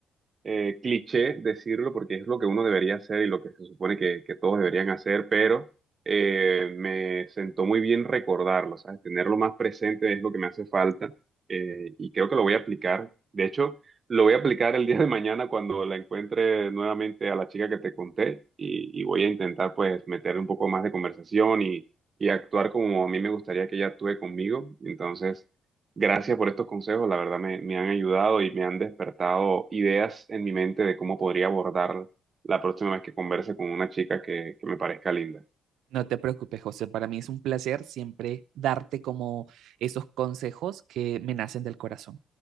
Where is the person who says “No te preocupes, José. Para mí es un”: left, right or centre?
Right